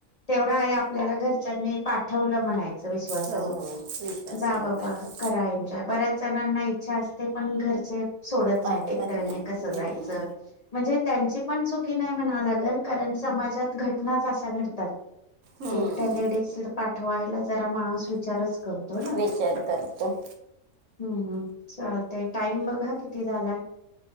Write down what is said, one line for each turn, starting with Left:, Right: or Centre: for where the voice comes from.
Left: तेवढं आहे आपल्याला घरच्यांनी पाठवलं म्हणायचं.
Right: हो
Left: <unintelligible>
Right: विश्वासाने
Left: जा बाबा
Right: पाठव
Left: करा एजॉय बऱ्याच जणांना इच्छा असते पण घरचे सोडत
Right: पाठवत
Left: नाहीत एकट्याने
Right: नाहीत
Left: कसं
Right: हम्म,
Left: जायचं त्यांची पण चुकी नाही म्हणा लागेल कारण समाजात घटनाच अशा घडतात.
Right: हम्म.
Left: एकटा लेडीज पा ठवायला जरा माणूस विचारच करतो ना
Right: विचार करतो.
Left: हम्म चालतय टाइम बघा किती झालाय.